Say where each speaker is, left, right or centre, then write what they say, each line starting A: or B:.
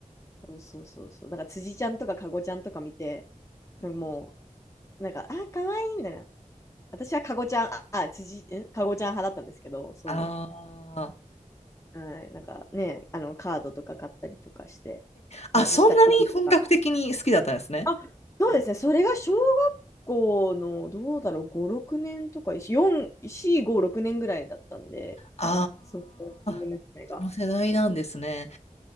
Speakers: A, on the left (about 20°); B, on the left (about 50°).
A: そうそうそうそう。だから辻ちゃんとかかごちゃんとか見て、なんかもう、なんか、あ、かわいいみたいな。私はかごちゃん、あ、あ辻、んかごちゃん派だったんですけど、そ
B: ああ。
A: う。はい、なんかね、あの、カードとか買ったりとかして、
B: あ、
A: ね、
B: そんなに本格的に好きだったんですね。
A: 下敷きとか。あ、そうですね。それが小学校の、どうだろう、5、6年とか、4、4、5、6年ぐらいだったんで、
B: あ
A: そう、コーティング娘。
B: あ。
A: が。
B: その世代なんですね。
A: そうそう。